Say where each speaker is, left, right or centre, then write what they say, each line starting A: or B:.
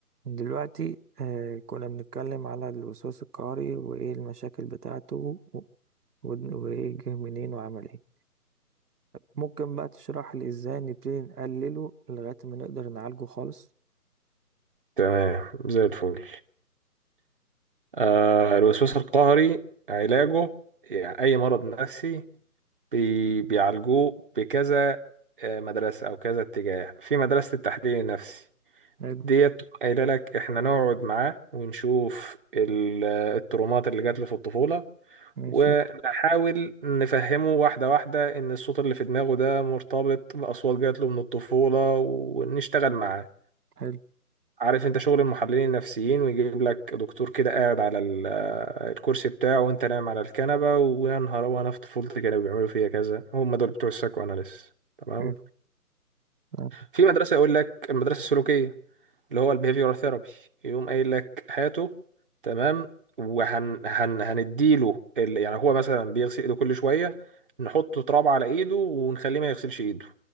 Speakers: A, on the right; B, on the right.
A: دلوقتي آه كنا بنتكلم على الوسواس القهري وإيه المشاكل بتاعته و- وإيه جه منين وعمل إيه ممكن بقى تشرح لي إزاي نبتدي نقلله لغاية ما نقدر نعالجه خالص
B: تمام زي الفل آه الوسواس القهري علاجه يعني أي مرض نفسي بي بيعالجوه بكذا آه، مدرسة أو كذا اتجاه في مدرسة التحليل النفسي
A: حلو
B: ديت قايلة لك إحنا نقعد معاه ونشوف ال- الترومات اللي جات له في الطفولة
A: ماشي
B: ونحاول نفهمه واحدة واحدة إن الصوت اللي في دماغه ده مرتبط بأصوات جات له من الطفولة ونشتغل معاه
A: حلو
B: عارف انت شغل المحللين النفسيين ويجيب لك دكتور كده قاعد على ال- آه، الكرسي بتاعه وانت نايم على الكنبة ويا نهار وانا في طفولتي كانوا بيعملوا فيا كذا هم دول بتوع السايكو اناليس تمام
A: حلو آه،
B: في مدرسة يقول لك المدرسة السلوكية اللي هو البيهيفيورال ثيرابي يقوم قايل لك هاته تمام وهن هن هنديله ال... يعني هو مثلا بيغسل ايده كل شوية نحط تراب على ايده ونخليه ما يغسلش ايده